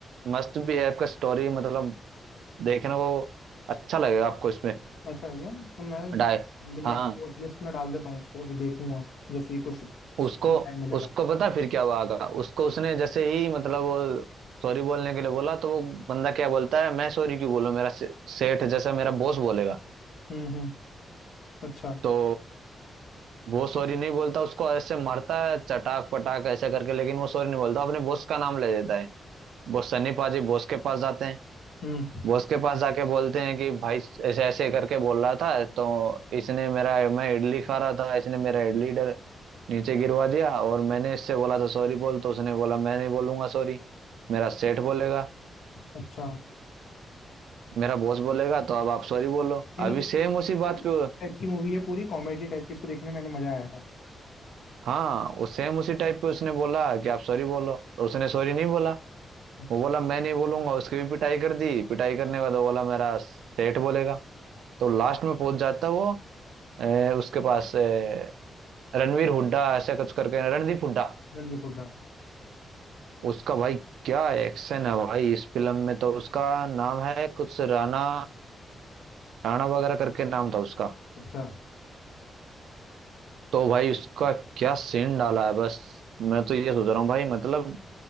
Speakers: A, on the right; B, on the left.
A: मस्त भी है आपका स्टोरी मतलब देखने को अच्छा लगेगा आपको इसमें
B: ऐसा है क्या तो मैं
A: डाय
B: अभी नेक्स्ट
A: हाँ
B: वॉच लिस्ट में डाल देता हूँ उसको अभी देखूंगा जैसे ही कुछ
A: उसको
B: टाइम मिलेगा
A: उसको पता फिर क्या हुआ आगा उसको उसने जैसे ही मतलब वो सॉरी बोलने के लिए बोला तो वो बंदा क्या बोलता है मैं सॉरी क्यों बोलूं मेरा से- सेठ जैसा मेरा बॉस बोलेगा
B: हम्म हम्म अच्छा
A: तो वो सॉरी नहीं बोलता उसको ऐसे मारता है चटाक पटाक ऐसे करके लेकिन वो सॉरी नहीं बोलता अपने बॉस का नाम ले देता है वो सनी पाजी बॉस के पास जाते हैं
B: हम्म
A: बॉस के पास जाके बोलते हैं कि भाई ऐसे ऐसे करके बोल रहा था तो इसने मेरा मैं इडली खा रहा था इसने मेरा इडली डर नीचे गिरवा दिया और मैंने इससे बोला था सॉरी बोल तो उसने बोला मैं नहीं बोलूंगा सॉरी मेरा सेठ बोलेगा
B: अच्छा
A: मेरा बॉस बोलेगा तो अब आप सॉरी बोलो
B: यानी
A: अभी सेम
B: ये-
A: उसी बात
B: ये
A: पे
B: टाइप की मूवी है पूरी कॉमेडी टाइप की इसको देखने में मैंने मजा आएगा
A: हाँ उस सेम उसी टाइप पे उसने बोला कि आप सॉरी बोलो तो उसने सॉरी नहीं बोला
B: अच्छा
A: वो बोला मैं नहीं बोलूंगा उसकी भी पिटाई कर दी पिटाई करने के बाद वो बोला मेरा सेठ बोलेगा तो लास्ट में पहुंच जाता वो ए, उसके पास ए, रणवीर हुड्डा ऐसा कुछ करके रणदीप हुड्डा
B: रणदीप हुड्डा
A: उसका भाई क्या एक्शन है भाई इस फिल्म में तो उसका नाम है कुछ राणा राणा वगैरह करके नाम था उसका
B: अच्छा
A: तो भाई उसका क्या सीन डाला है बस मैं तो ये सोच रहा हूँ भाई मतलब